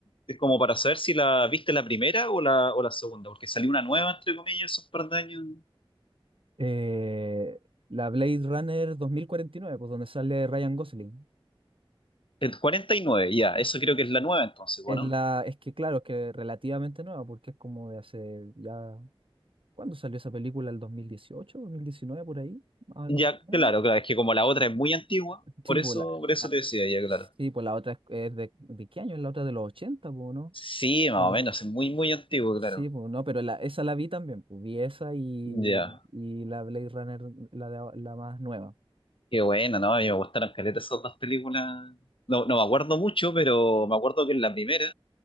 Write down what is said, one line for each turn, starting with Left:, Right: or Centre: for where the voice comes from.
Left: es como para saber si la viste la primera o la, o la segunda, porque salió una nueva, entre comillas, esos par de años.
Right: Eh, la Blade Runner dos mil cuarenta y nueve pues donde sale Ryan Gosling.
Left: El 49 ya, eso creo que es la nueva entonces, bueno.
Right: Es la, es que claro, es que relativamente nueva, porque es como de hace ya. ¿Cuándo salió esa película? ¿El 2018? ¿2019 por ahí? Ah,
Left: Ya,
Right: ah, Más o
Left: claro,
Right: menos.
Left: claro, es que como la otra es muy antigua,
Right: Sí,
Left: por eso,
Right: pues la,
Left: por eso
Right: ah,
Left: te decía, ya, claro.
Right: sí, pues la otra es es de, ¿de qué año? Es La otra de los ochenta pues, ¿no?
Left: Sí, más
Right: Cuando,
Left: o menos, es muy, muy antiguo,
Right: sí,
Left: claro.
Right: pues no, pero la, esa la vi también, pues vi esa y,
Left: Ya,
Right: y la Blade Runner, la, de, ahora- la más nueva.
Left: qué bueno, ¿no? A mí me gustaron caletas esas dos películas. No, no me acuerdo mucho, pero me acuerdo que en la primera